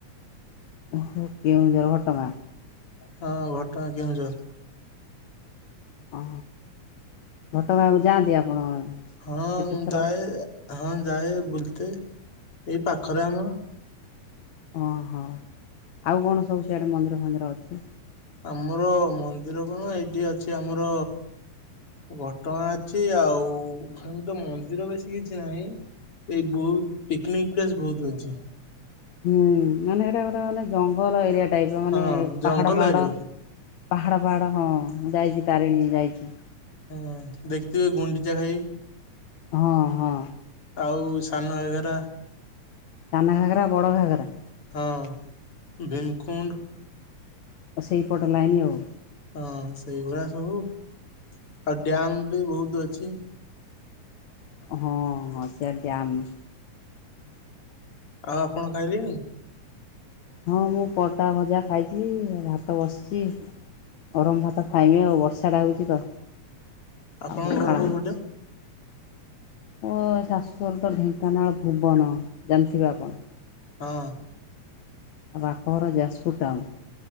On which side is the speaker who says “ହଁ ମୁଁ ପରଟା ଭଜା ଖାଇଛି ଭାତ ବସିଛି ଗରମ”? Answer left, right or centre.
Left